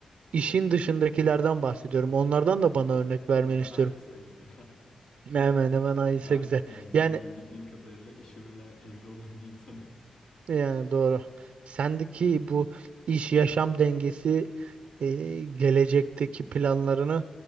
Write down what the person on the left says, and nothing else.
E, Hemen
hemen
aynı sayılır ya. <laughs>
Ben
yani senin
de bildiğin kadarıyla işimle evli olan bir insanım.